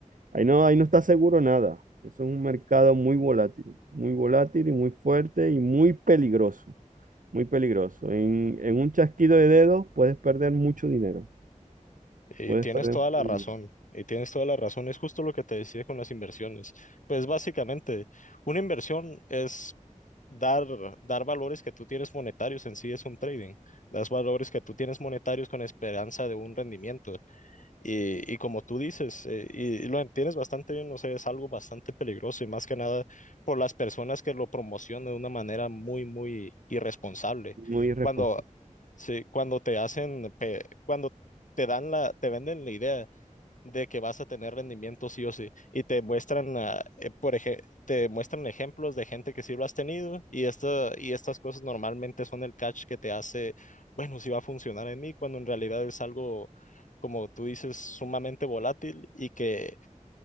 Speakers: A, on the right; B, on the left.
A: ahí no, ahí no está seguro nada. Eso es un mercado muy volátil, muy volátil y muy fuerte y muy peligroso, muy peligroso. En, en un chasquido de dedos puedes perder mucho dinero,
B: Y
A: puedes
B: tienes
A: perder
B: toda
A: mucho
B: la razón,
A: dinero.
B: y tienes toda la razón, es justo lo que te decía con las inversiones. Pues básicamente, una inversión es dar, dar valores que tú tienes monetarios, en sí es un trading, das valores que tú tienes monetarios con esperanza de un rendimiento. Y, y como tú dices, eh, y, y lo entiendes bastante bien, no sé, es algo bastante peligroso y más que nada por las personas que lo promocionan de una manera muy, muy irresponsable.
A: muy irresponsable.
B: Cuando, sí, cuando te hacen, pe- cuando te dan la, te venden la idea de que vas a tener rendimiento sí o sí. Y te muestran, ah, eh, por ej- te muestran ejemplos de gente que sí lo has tenido y, esta, y estas cosas normalmente son el catch que te hace, bueno, sí va a funcionar en mí, cuando en realidad es algo, como tú dices, sumamente volátil y que